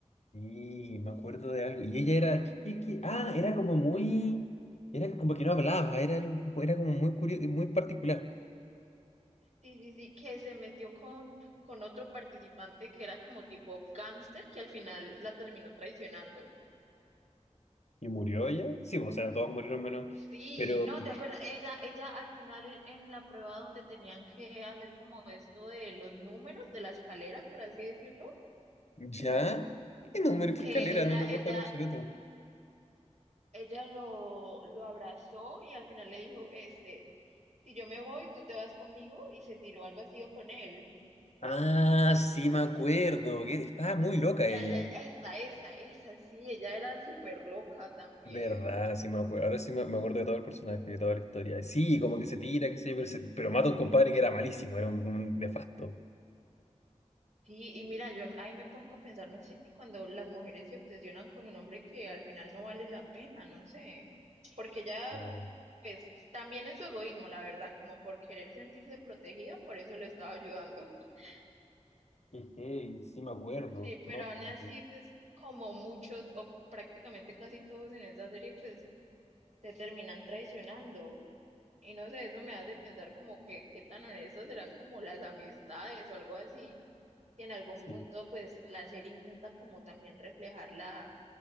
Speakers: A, on the left; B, on the right.
A: Y me acuerdo de algo. Y ella era... ¿qué- qué? Ah, era como muy... Era como que no hablaba, era, algo- era como muy curioso, muy particular.
B: Sí, sí, sí, que se metió con, con otro participante que era como tipo gángster, que al final la terminó traicionando.
A: ¿Y murió ella? Sí, o sea, todos murieron menos...
B: Sí,
A: Pero
B: no, ¿te acuerdas? Ella, ella al final en, en la prueba donde tenían que hacer como esto de los números de la escalera, por así decirlo,
A: ¿Ya? ¿Qué número? ¿Qué
B: que
A: escalera?
B: ella,
A: No recuerdo
B: ella,
A: en absoluto.
B: ella lo, lo abrazó y al final le dijo, este, si yo me voy, tú te vas conmigo y se tiró al vacío con él.
A: Ah, sí me acuerdo. que Estaba muy loca
B: Ya,
A: ella.
B: ya, esa, esa, esa, sí, ella era súper loca también.
A: Verdad, sí me acuerdo. Ahora sí me, me acuerdo de todo el personaje, de toda la historia. Sí, como que se tira, qué sé yo, pero, se- pero mata a un compadre que era malísimo, era un, un nefasto.
B: Sí, y mira, yo ahí me pongo a pensar, no sé, cuando las mujeres se obsesionan con un hombre que al final no vale la pena, no sé, porque ya,
A: Claro.
B: pues también es su egoísmo, la verdad, como por querer sentirse protegida, por eso le estaba ayudando. <laughs>
A: Qué heavy, sí me acuerdo.
B: Sí, pero
A: No,
B: aún
A: me acuerdo.
B: así, pues como muchos o prácticamente casi todos en esa serie, pues se terminan traicionando. Y no sé, eso me hace pensar como que qué tan honestas serán como las amistades o algo así. que en algún
A: Sí.
B: punto pues la serie intenta como también reflejar la,